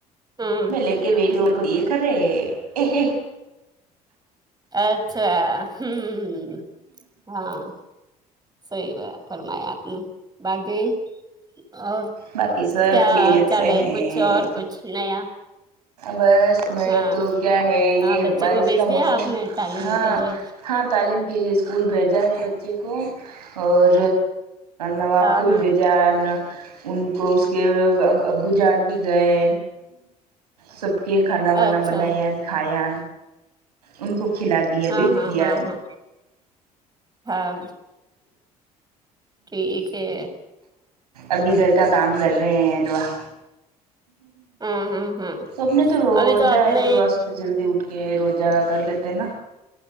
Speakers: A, on the right; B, on the right.
A: ہوں
B: میں لے کے بیٹھی ہوں دیکھ رہے
A: اچھا ہمم ہاں صحیح فرمایا آپ نے باقی اور
B: باقی سب
A: کیا
B: خیریت
A: حال چال
B: سے
A: ہے
B: ہیں
A: کچھ اور کچھ نیا
B: بس میں
A: ہاں
B: تو کیا ہے
A: ہاں
B: یے
A: بچے
B: بارش
A: کو بھیج
B: کا
A: دیا
B: موسم
A: آپ نے تعلیم
B: ہاں
A: کے لیے
B: ہاں تعلیم کے لیے اسکول بھیجا ہے بچے کو اور نواب
A: ہاں
B: کو بھی
A: ہاں
B: بھیجا ان ان کو اس کے ابو جان بھی گئے سب کے کھانا وانا
A: اچھا
B: بنایا کھایا ان کو کھلا دیا
A: ہاں
B: بھیچ
A: ہاں
B: دیا
A: ہاں ہاں ہاں ٹھیک ہے
B: ابھی گھر کا کام کر رہے ہیں واہ
A: ہاں ہاں ہاں
B: سب نے تو روجہ
A: ابھی آپ نے
B: تو بس جلدی اٹھ تے ہیں روزہ کر لیتے ہیں نا